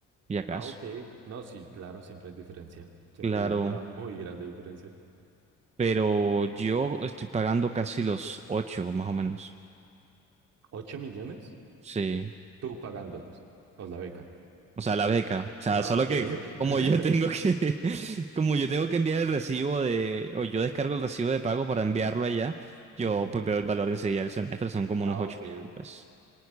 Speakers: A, on the right; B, on the right.
A: y acaso.
B: Ah, ok. No, sí, claro, siempre hay diferencia. Siempre
A: Claro,
B: hay una muy grande diferencia.
A: pero yo estoy pagando casi los 8, más o menos.
B: ¿Ocho millones?
A: Sí,
B: Tú pagándolos. O la beca.
A: o sea, la beca. O sea,
B: Ah,
A: solo
B: ok.
A: que
B: <laughs>
A: como yo tengo que, <laughs> como yo tengo que enviar el recibo de, o yo descargo el recibo de pago para enviarlo allá, yo
B: Ujú.
A: pues veo el valor enseguida del semestre, son como
B: Ah,
A: unos 8
B: ok.
A: millones de pesos.